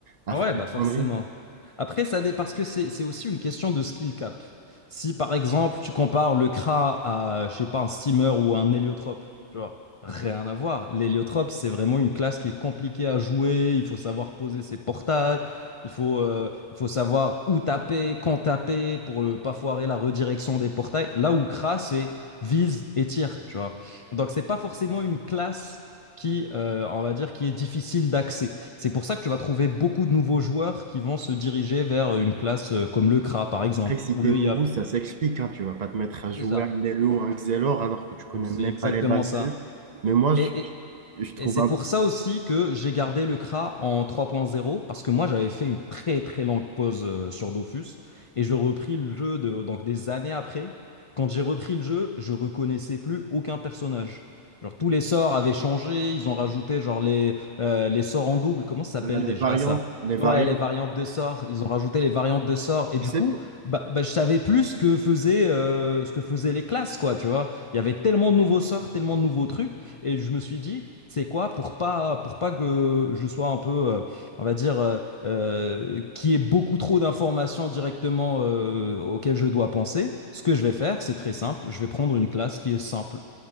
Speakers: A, on the right (about 55°); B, on the left (about 50°).
A: à
B: Ah
A: faire
B: ouais,
A: des
B: bah forcément.
A: conneries.
B: Après, ça dé... parce que c'est c'est aussi une question de skill cap. Si par exemple tu compares le Kra à, je sais pas, un steamer ou un héliotrope, tu vois, rien à voir. L'héliotrope, c'est vraiment une classe qui est compliquée à jouer. Il faut savoir poser ses portails, il faut, euh, il faut savoir où taper, quand taper pour ne pas foirer la redirection des portails. Là où Kra, c'est vise et tire, tu vois. Donc c'est pas forcément une classe qui, euh, on va dire, qui est difficile d'accès. C'est pour ça que tu vas trouver beaucoup de nouveaux joueurs qui vont se diriger vers une classe euh, comme le Kra, par exemple,
A: Après, si
B: ou
A: t'es
B: le
A: nouveau,
B: Yap.
A: ça s'explique, hein. Tu vas pas te mettre à jouer
B: C'est ça.
A: un Nelo ou un Xelor alors que tu connais
B: C'est
A: même
B: exactement
A: pas les bases
B: ça.
A: de jeu. Mais moi, je,
B: Et,
A: je
B: et,
A: je trouve
B: Et c'est
A: un-
B: pour ça aussi que j'ai gardé le CRA en 3.0, parce que moi j'avais fait une très très longue pause euh, sur Dofus, et je repris le jeu de- donc des années après. Quand j'ai repris le jeu, je reconnaissais plus aucun personnage. Genre tous les sorts avaient changé, ils ont rajouté genre les, euh, les sorts en double, comment ça s'appelle
A: les
B: déjà
A: variantes,
B: ça?
A: les variantes.
B: Ouais, les variantes de sorts, ils ont rajouté les variantes de sorts, et du
A: Tu sais,
B: coup, bah, bah, je savais plus ce que faisaient, euh, ce que faisaient les classes, quoi, tu vois. Il y avait tellement de nouveaux sorts, tellement de nouveaux trucs et je me suis dit, c'est quoi pour pas pour pas que je sois un peu euh, on va dire euh, euh, qu'il y ait beaucoup trop d'informations directement euh, auxquelles je dois penser ce que je vais faire c'est très simple je vais prendre une classe qui est simple